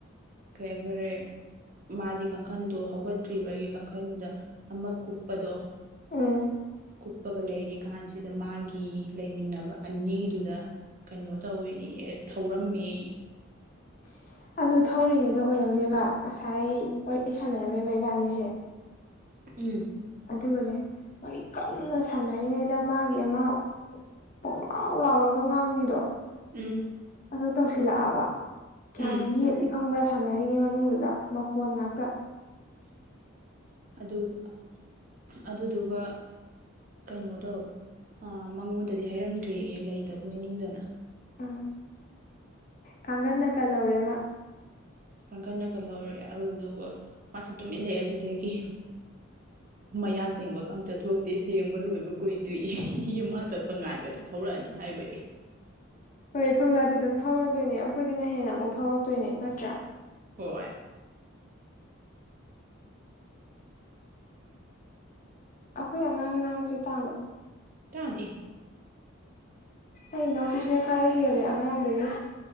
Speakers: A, on the right (about 40°); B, on the left (about 40°).
A: ꯀꯩ ꯍꯥꯏꯈꯔꯦ ꯃꯥꯗꯤ ꯀꯥꯡꯈꯟꯗꯣ ꯍꯧꯒꯠꯇ꯭ꯔꯤꯕ ꯑꯩꯒꯤ ꯀꯥꯡꯈꯟꯗ ꯑꯃ ꯀꯨꯞꯄꯗꯣ
B: ꯎꯝ
A: ꯀꯨꯞꯄꯒ ꯂꯩꯔꯤ ꯀꯥꯟꯁꯤꯗ ꯃꯥꯒꯤ ꯂꯩꯃꯤꯟꯅꯕ ꯑꯅꯤꯗꯨꯗ ꯀꯩꯅꯣ ꯇꯧꯏ ꯊꯧꯔꯝꯃꯦ
B: <inaudible> ꯑꯗꯨ ꯊꯧꯔꯤꯉꯩꯗ ꯑꯣꯏꯔꯝꯅꯦꯕ ꯉꯁꯥꯏ ꯋꯥꯔꯤ ꯁꯥꯟꯅꯔꯝꯃꯦꯕ ꯏꯕꯥꯅꯤꯁꯦ
A: ꯎꯝ
B: ꯑꯗꯨꯒꯅꯦ ꯃꯔꯤ ꯀꯟꯅ ꯁꯥꯟꯅꯔꯤꯉꯩꯗ ꯃꯥꯒꯤ ꯑꯃ ꯄꯨꯡꯂꯥꯎ ꯂꯥꯎꯔꯒ ꯉꯥꯡꯕꯤꯗꯣ
A: ꯎꯝ
B: ꯑꯗꯨ ꯇꯧꯁꯤꯜꯂꯛꯑꯕ ꯀꯌꯥꯝ
A: ꯎꯝ
B: ꯌꯦꯠꯂꯤ ꯈꯪꯕ꯭ꯔꯥ ꯁꯥꯟꯅꯔꯤꯉꯩ ꯃꯅꯨꯡꯗꯨꯗ ꯃꯈꯣꯟ ꯉꯥꯛꯇ
A: ꯑꯗꯨꯒ ꯑꯗꯨꯗꯨꯒ ꯀꯩꯅꯣ ꯇꯧꯋꯦ ꯑ ꯃꯉꯣꯟꯗꯗꯤ ꯍꯥꯏꯔꯝꯗ꯭ꯔꯦ ꯂꯩꯗꯕ ꯑꯣꯏ ꯅꯤꯡꯗꯅ
B: ꯎꯝ ꯀꯥꯡꯒꯅ ꯀꯜꯍꯧꯔꯦ ꯃꯥ
A: ꯀꯥꯡꯈꯠꯅ ꯀꯟꯍꯧꯔꯑꯦ ꯑꯗꯨꯗꯨꯒ ꯃꯥꯁꯤ ꯇꯨꯝ ꯏꯜꯂꯑꯦ ꯑꯗꯨꯗꯒꯤ ꯃꯌꯥ ꯊꯦꯡꯕ ꯀꯝꯇ ꯊꯣꯛꯇꯦ ꯁꯦꯡꯕ ꯂꯣꯏꯕ ꯀꯨꯏꯗ꯭ꯔꯤ ꯏ ꯏ ꯑꯃ ꯆꯠꯄ ꯉꯥꯏꯕꯗ ꯊꯧꯔꯛꯑꯅꯤ ꯍꯥꯏꯕ ꯏ
B: ꯍꯣꯏ ꯊꯣꯂꯥꯗꯤ ꯑꯗꯨꯝ ꯊꯧꯔꯗꯣꯏꯅꯦ ꯑꯩꯈꯣꯏꯗꯤꯅ ꯍꯦꯟꯅ ꯑꯃꯨꯛ ꯊꯧꯔꯛꯇꯣꯏꯅꯦ ꯅꯠꯇ꯭ꯔꯥ
A: ꯍꯣꯢ
B: ꯑꯩꯈꯣꯏ ꯑꯉꯥꯡ ꯂꯥꯡꯕꯁꯦ ꯇꯥꯕ꯭ꯔꯥ
A: ꯇꯥꯗꯤ
B: ꯑꯩ ꯏꯅꯥꯎꯄꯤꯁꯤꯅ ꯈꯔ ꯍꯦꯜꯂꯦ ꯑꯉꯥꯡꯗꯒꯤ